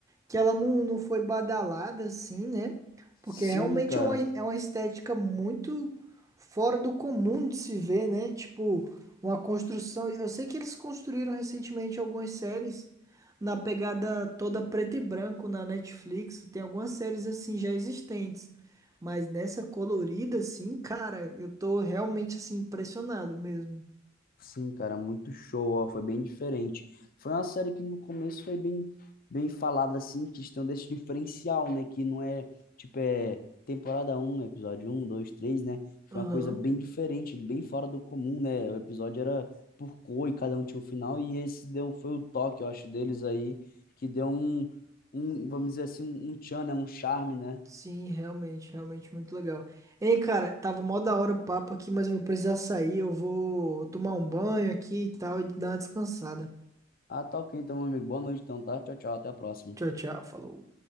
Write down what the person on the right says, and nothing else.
que ela não, não foi badalada assim, né? Porque
realmente
é uma, é uma estética muito fora do comum de se ver, né? Tipo, uma construção. Eu sei que eles construíram recentemente algumas séries na pegada toda preto e branco na Netflix. Tem algumas séries assim já existentes. Mas nessa colorida, assim, cara, eu tô realmente assim impressionado mesmo.
Aham.
Sim, realmente, realmente muito legal. Ei, cara, tava mó da hora o papo aqui, mas eu vou precisar sair. Eu vou tomar um banho aqui e tal e dar uma descansada.
Tchau, tchau, falou.